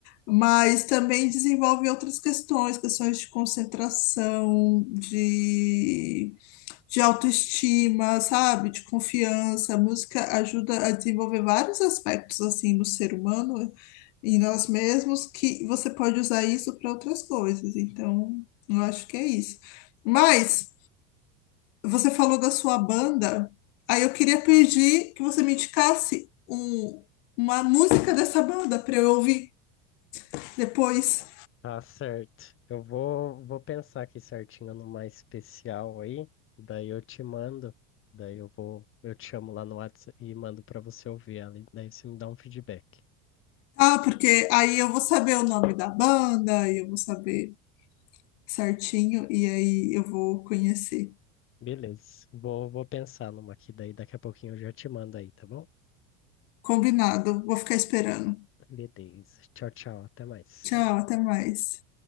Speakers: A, on the left (about 70°); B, on the left (about 35°).
A: mas também desenvolve outras questões, questões de concentração, de de autoestima, sabe? De confiança. A música ajuda a desenvolver vários aspectos assim no ser humano e nós mesmos que você pode usar isso para outras coisas. Então, eu acho que é isso. Mas você falou da sua banda, aí eu queria pedir que você me indicasse um- uma música dessa banda para eu ouvir depois.
B: Tá certo. Eu vou, vou pensar aqui certinho numa especial aí, daí eu te mando, daí eu vou, eu te chamo lá no WhatsApp e mando pra você ouvir ali, daí você me dá um feedback.
A: Ah, porque aí eu vou saber o nome da banda, aí eu vou saber certinho e aí eu vou conhecer.
B: Beleza. Vou, vou pensar numa aqui, daí daqui a pouquinho eu já te mando aí, tá bom?
A: Combinado. Vou ficar esperando.
B: Beleza. Tchau, tchau. Até mais.
A: Tchau, até mais.